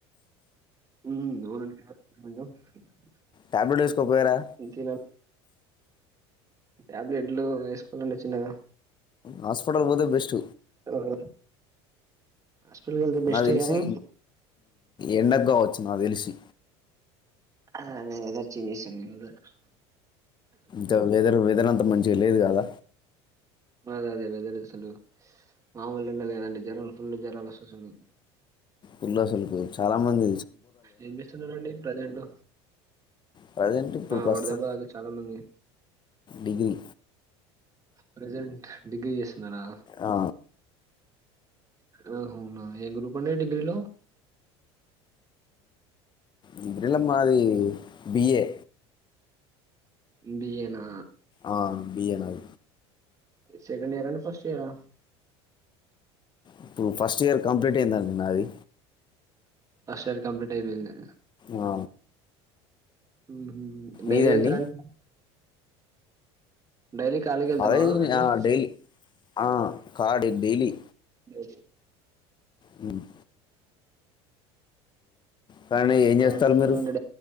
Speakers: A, on the right; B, on the left.
A: మ్మ్ అవునండి <unintelligible>
B: టాబ్లెట్ వేస్ కో పోయారా
A: కొంచెం తినాలి టాబ్లెట్లు వేసుకోవాలండి చిన్నగా
B: హాస్పిటల్ పోతే బెస్ట్
A: అవును <unintelligible> వెళితే బెస్టే
B: నాకు తెలిసి
A: కానీ
B: ఎండకు కావచ్చు నాకు తెలిసి
A: ఆ ఇదొచ్చి <unintelligible>
B: ద వెదర్ వెదరంత మం ఈడ లేదు గళ్ళ
A: అ అదే కదండి అసలు మామూలు ఎండ లేదండి జ్వరం ఫుల్ జ్వరం వస్తుంది అసలు
B: పులుసలు చాలా మంది
A: ఏం చేస్తున్నారండి ప్రెజెంటు
B: ప్రెజెంట్ ఇప్పుడు ప్రస్తు
A: వడదెబ్బ తాకి చాలా మంది
B: డిగ్రీ
A: ప్రెజెంట్ డిగ్రీస్ ఉండనా
B: ఆ,
A: నువ్ ఏం గ్రూప్ అండి డిగ్రీలో
B: డిగ్రీల మాది బి. A
A: B. ఎ నా
B: ఆ బి. ఎన్. ఐ
A: సెకండ్ ఇయరా అండ్ ఫస్ట్ ఇయరా
B: ఇప్పుడు ఫస్ట్ ఇయర్ కంప్లీట్ అయిందండి నాది
A: ఫస్ట్ ఇయర్ కంప్లీట్ అయిపోయిందీ
B: ఆ
A: మ్మ్
B: మీదండి
A: డైలీ వెళ్తారండి డైలీ కాలేజ్ వెళ్తాన్నావా
B: అదే
A: ఎట్లా
B: ఆ డై ఆ కార్డు డైలీ
A: అే
B: మ్మ్ కానీ ఏం చేస్తాలు
A: బానే వెళ్తున్నానండి
B: మీరు